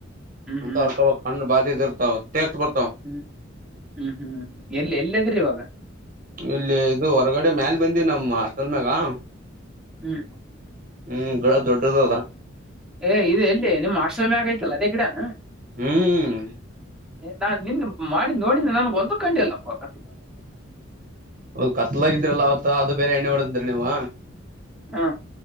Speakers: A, in the centre; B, on the right (about 45°).
A: ಹ್ಮ್
B: ಅಂತ
A: ಹ್ಮ್
B: ಹೊರ್ಕೊಬ ಹಣ ಬಾರಿ ರ್ತ ಟೆಸ್ಟ್ ಬರ್
A: ಹ್ಮ್ ಹ್ಮ್ ಹ್ಮ್ ಎಲ್ಲಿ ಎಲ್ಲದ್ರಿ ಇವಾಗ
B: ಇಲ್ಲಿ ಇದು ಹೊರಗಡೆ ಮ್ಯಾಲ ಬಂದಿವ ನಮ ಹಾಸ್ಟೆಲ್ ಮ್ಯಾಗ
A: ಹ್ಮ್
B: ಹ್ಮ್ ಗ ದೊಡ್ಡದದ
A: ಏ ಇದು ಎಲ್ಲಿ ನಿಮ್ಮ್ ಆಶ್ರಮಿ ಆಗೈತಿಲ್ಲ ಅದೇ ಗಿಡಾನ
B: ಹ್ಮ್
A: ನಾನ್ ನಿನ್ ಮಾಡಿ ನೋಡ ನನ್ಗೆ ಒಂದು ಕಂಡ ಇಲ್ಲಪ್ಪಾಗ
B: ಹೌದು ಕತ್ಲಾಗಿದ್ರಲ್ಲ ಅವತ್ತ ಅದು ಬೇರೆ ಎಣ್ಣೆ ಹೊಡಂತ್ರಿ ನೀವ
A: ಹಾ